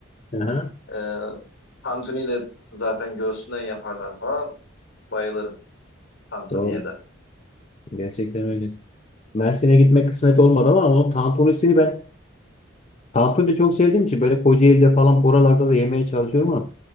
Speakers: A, on the left; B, on the left.
A: Aha,
B: Ee, tantuniyi de zaten göğsünden yaparlar falan. Bayılırım tantuniye
A: doğru.
B: de.
A: Gerçekten öyle. Mersin'e gitmek kısmet olmadı ama onun tantunisini ben tantuni de çok sevdiğim için böyle Kocaeli'de falan buralarda da yemeye çalışıyorum ama